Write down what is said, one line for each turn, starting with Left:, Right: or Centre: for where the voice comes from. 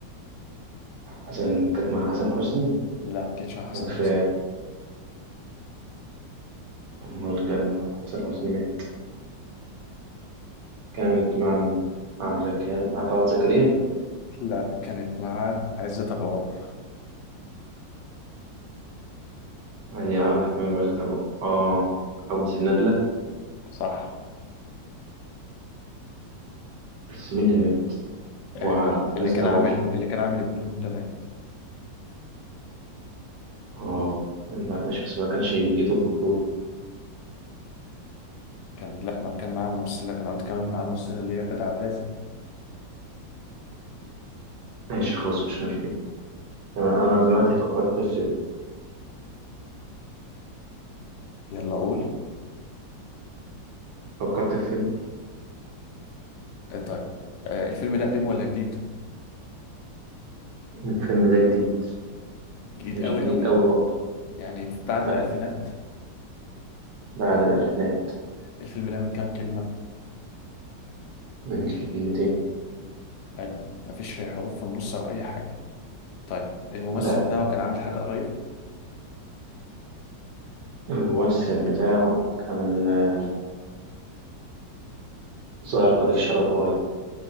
Right: حسن كانت مع حسن حسني
Left: لا ما كانتش مع حسن
Right: كان في
Left: حسني
Right: امال كان مع حسن حسني مات كانت مع مين عبلة كان آه، طلعت زكريا
Left: لا كانت مع عزت ابو عوف
Right: هي عبلة كامل وعزت أبو اه عبد الندلة
Left: صح
Right: بس مين اللي مات
Left: آه
Right: وعزت
Left: اللي كان
Right: أبو
Left: عامل
Right: عوف
Left: اللي كان عامل ابنهم ده مات
Right: اه لا مش بس ما كانش يجي دور بطولة
Left: كان لا ما كان معاه ممثلة انا قلت كمان معاه ممثلة اللي هي كانت عبد الرازق
Right: ماشي خلاص مش مشكلة تمام، أنا دلوقتي فكرت في فيلم
Left: يلا قول
Right: فكرت في فيلم
Left: آه، طيب آه، الفيلم ده قديم ولا جديد؟
Right: الفيلم ده جديد
Left: جديد
Right: مش
Left: قوي
Right: جديد
Left: قوي
Right: أوي برضه
Left: يعني بعد
Right: لا
Left: الألفينات
Right: بعد الألفينات
Left: الفيلم ده من كام كلمة؟
Right: من كلمتين
Left: حلو مفيش حروف في النص أو أي حاجة طيب الممثل
Right: لا
Left: بتاعه كان عامل حاجة قريب
Right: الممثل بتاعه كان آه، ظاهر قذف شرب قريب